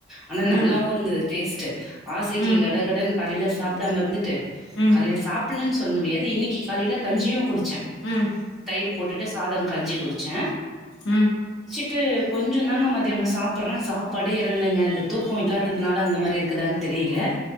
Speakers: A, in the centre; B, on the left.
A: ஆனா
B: ம்
A: நல்லாவு இருந்துது டேஸ் ட்டு ஆசைக்கு
B: ம்
A: கடகடனு காலில சாப்டாம இருந்துட்டு
B: ம்
A: காலில சாப்லேன்னு சொல்ல முடியாது இன்னிக்கு காலேய்ல கஞ்சியு குடிச் சே
B: ம்
A: தயிர் போட்டுட்டு சாதோ கஞ்சி குடிச்ச ச்ச
B: உம்
A: ட்டு கொஞ்சு தாங்க மதியானு சாப்பிற்ற சாப்பாடு எறங்லேங்க அந்த தூக்கோ இல்லாததுனால அந்த மாரி இருக்குதான்னு தெரில